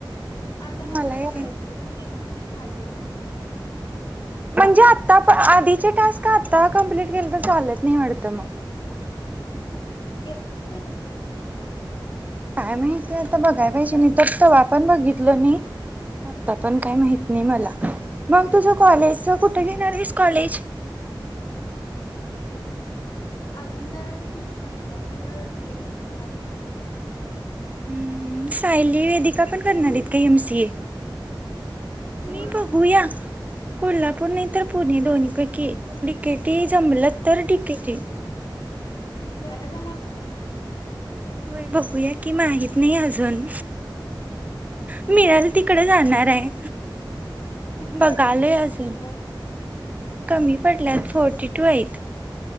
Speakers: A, on the left; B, on the right.
A: आता ह्याचं
B: मला आहे
A: बघायचं येऊ देत. म्हणजे झालं.
B: म्हणजे आता आप आधीचे टास्क आता कम्प्लीट केलं तर चालत नाही वाटतं मग.
A: ए काय तसं
B: काय माहित. ते आता बघायला
A: आधीच
B: पाहिजे नाही तर तवा पण बघितल नाही. आता पण काय माहित नाही मला.
A: हम्म.
B: मग तुझ कॉलेजच कुठ घेणार हाईस? कॉलेज
A: अजून काय असं फिक्स नाही आहे खरं डिगेटिव्ह म्हणाले.
B: हम्म हम सायली वेदी आता पण करणार
A: तू
B: आहेत का एम सी ए?
A: होय
B: मी
A: होय
B: बघूया
A: करणार हाय.
B: कोल्हापूर नाही तर पु नाही दोन्हीपैकी एक डि के टी जमल तर डि के टी.
A: तुम्ही चालत जाणार हाय?
B: होय बघूया कि माहित नाही अजून
A: हम्म,
B: मिळल तिकड जाणार आहे.
A: किती
B: बघालोय
A: पडलेत पर्सेंटेज
B: अजून कमी पडल्यात फोर्टी टू हाईत.